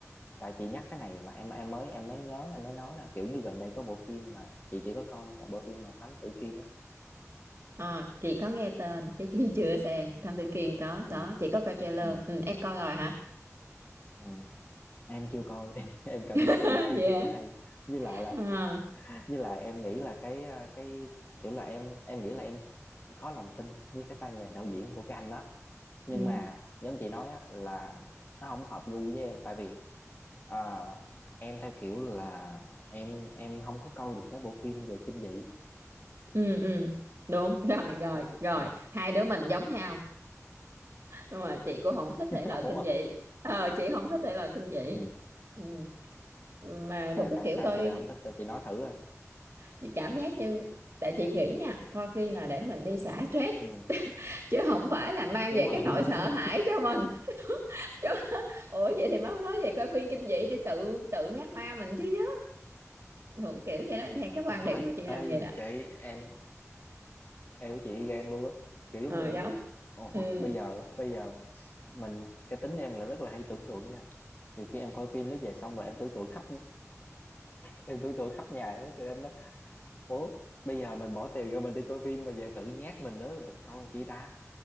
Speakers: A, on the left (about 35°); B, on the right (about 50°).
A: tại chị nhắc cái này mà em em mới em mới nhớ em mới nói là kiểu như gần đây có bộ phim mà chị chỉ có coi không tại bộ phim mà Thám Tử Kiên á
B: à, chị có nghe tên chứ chị chưa xem Thám Tử Kiên có
A: ừ,
B: có chị có coi trailer
A: ừ,
B: ừ, em coi rồi hả
A: ừ. em chưa coi <laughs> em cảm
B: <laughs>
A: giác là bộ phim
B: Vậy
A: đó
B: hả?
A: sẽ hay như lại là
B: à
A: như là em nghĩ là cái à, cái kiểu là em em nghĩ là em có lòng tin với cái tay nghề đạo diễn của cái anh đó nhưng
B: ừ
A: mà giống chị nói á là nó không hợp gu với em tại vì à, em theo kiểu là em em không có coi được mấy bộ phim về kinh dị
B: ừ ừ đúng rồi rồi
A: Thế-
B: rồi
A: ừ.
B: hai đứa mình giống nhau nhưng mà chị cũng không thích
A: <laughs>
B: thể loại kinh
A: Ủa?
B: dị ờ chị không thích thể loại kinh dị
A: Ừ.
B: ừ. mà
A: tại
B: thuộc cái
A: tại
B: kiểu
A: sao
B: coi
A: chị lại không thích tôi chị nói thử à
B: chị cảm giác như tại chị nghĩ nha coi phim là để mình đi xả stress
A: ừ.
B: chứ không phải là mang
A: đúng
B: về
A: rồi
B: cái nỗi
A: <laughs> đúng
B: sợ
A: rồi
B: hãi cho mình chứ ủa vậy thì mắc mới về coi phim kinh dị thì tự tự nhắc ma mình chứ á Thuộc kiểu vậy đó theo cái quan
A: đúng rồi
B: điểm của chị
A: ơi
B: là vậy đó
A: chị em em với chị gan luôn á kiểu giống
B: ờ
A: như lúc
B: giống
A: đó ủa
B: ừ,
A: bây giờ bây giờ mình cái tính em là rất là hay tưởng tượng nha nhiều khi em coi phim nó về xong rồi em tưởng tượng khắp em tưởng tượng khắp nhà đó cho em nói ủa bây giờ mình bỏ tiền ra mình đi coi phim mà về tự nhát mình nữa mình coi làm chi ta